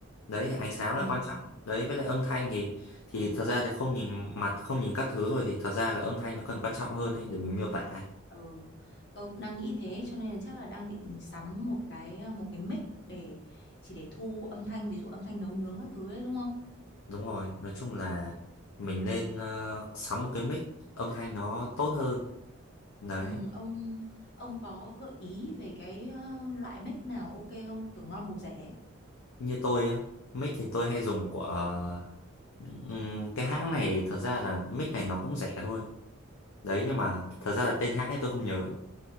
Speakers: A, on the left; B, on the left.
A: đấy thì ánh sáng
B: Ừ.
A: là quan trọng đấy với lại âm thanh thì thì thật ra thì không nhìn mặt không nhìn các thứ rồi thì thật ra là âm thanh nó cần quan trọng hơn đấy để mình miêu tả ấy.
B: Ừ, tôi cũng đang nghĩ thế cho nên là chắc là đang định sắm một cái ờ, một cái mic để chỉ để thu âm thanh ví dụ âm thanh nấu nướng các thứ đấy đúng không?
A: đúng rồi nói chung là mình nên ờ, sắm một cái mic âm thanh nó tốt hơn đấy
B: Ừ, ông ông có gợi ý về cái ờ, loại mic nào ok không? Kiểu ngon bổ rẻ. ấy.
A: như tôi á mic thì tôi hay dùng của ờ, ừm, cái hãng này thật ra là mic này nó cũng rẻ thôi đấy nhưng mà thật ra là tên hãng thì tôi không nhớ